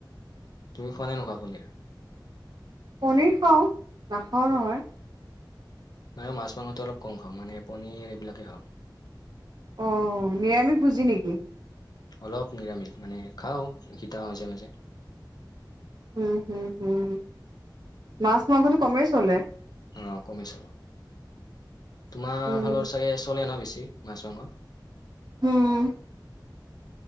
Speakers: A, on the left (about 55°); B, on the right (about 60°).
A: তুমি খোৱানে নোখোৱা পলিয়াৰ?
B: পনীৰ খাওঁ নাখাওঁ নহয়।
A: মানে মাছ মাংসটো অলপ কম খাওঁ মানে পনীৰ এইবিলাকে খাওঁ।
B: অ নিৰামিষ বুজি নেকি?
A: অলপ নিৰামিষ মানে খাওঁ তিতা মাজে মাজে।
B: উম হম হম মাছ মাংসটো কমেই চলে।
A: অ কমে চলো। তোমাৰ
B: উম,
A: ফালৰ চাগে চলে ন বেছি মাছ মাংস?
B: উম